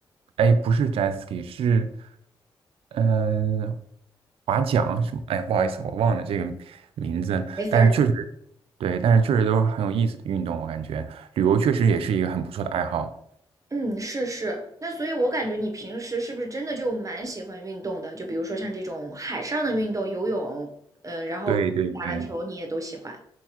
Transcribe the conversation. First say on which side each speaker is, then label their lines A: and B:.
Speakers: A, on the right; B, on the right.
A: 哎，不是 jet ski，是嗯、呃划桨什么？哎，不好意思，我忘了这个名字，
B: 没事儿。
A: 但确实对，但是确实都是很有意思的运动，我感觉旅游确实也是一个很不错的爱好。
B: 嗯，是是。那所以，我感觉你平时是不是真的就蛮喜欢运动的？就比如说像这种海上的运动，游泳，嗯、呃然后打篮球，
A: 对对对。
B: 你也都喜欢。